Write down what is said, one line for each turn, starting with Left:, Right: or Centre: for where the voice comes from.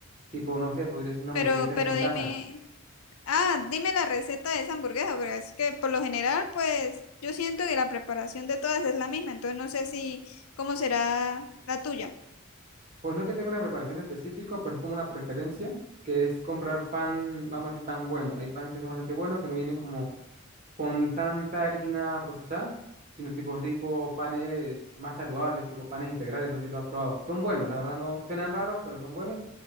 Right: tipo, no sé, podría ser una hamburguesa
Left: Pero, pero
Right: hecha en
Left: dime,
Right: casa
Left: ah, dime la receta de esa hamburguesa, porque es que por lo general, pues, yo siento que la preparación de todas es la misma, entonces no sé si, cómo será la tuya.
Right: Pues no es que tenga una preparación específica, pero es como una preferencia, que es comprar pan, vamos a decir, pan bueno. Hay pan que son bastante buenos, que no vienen como con tanta harina procesada, sino tipo, tipo panes más saludables, tipo panes integrales, no sé si lo ha probado. Son buenos, la verdad no, suenan raros, pero son buenos.